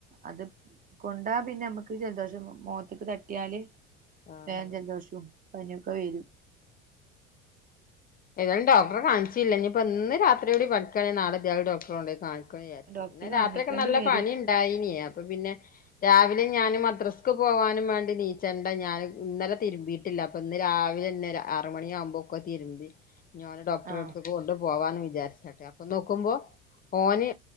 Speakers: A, on the right; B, on the left.
A: അത് കൊണ്ടാ പിന്നെ നമ്മുക്ക് ജലദോഷം മുഖത്തേക്ക് തട്ടിയാല്
B: ആഹ്
A: വേഗം ജലദോഷും പനിയൊക്കെ വരും
B: ഏതാലും ഡോക്റെ കാണിച്ചില്ലല്ല ഇനിയിപ്പോ ഇന്ന് രാത്രിടി പഠിക്കയാണെ നാളെ ന്തായാലും ഡോക്ടറെ കൊണ്ട കാണി
A: ഡോക്ടറെ
B: ഇന്നലെ
A: കാണിക്കേണ്ടി
B: രാത്രിയൊക്കെ നല്ല
A: വരും
B: പണി ഉണ്ടായിനേ അപ്പൊ പിന്നെ രാവിലെ ഞാന് മദ്രസ്ക്ക് പോവാനും വേണ്ടി നീച്ചണ്ട ഞാൻ ഇന്നലെ രുമ്പി അപ്പൊ ഇന്ന് രാവിലെ തന്നെ അറ മണിയാവുമ്പോ ഒക്കെ തിരുമ്പി ഇനി ഒന്നേ ഡോക്ടറെടുത്തുകു
A: ആ
B: കൊ പോവാന്ന് വിചാരിച്ചട്ടെ അപ്പൊ നോക്കുമ്പോ ഓന്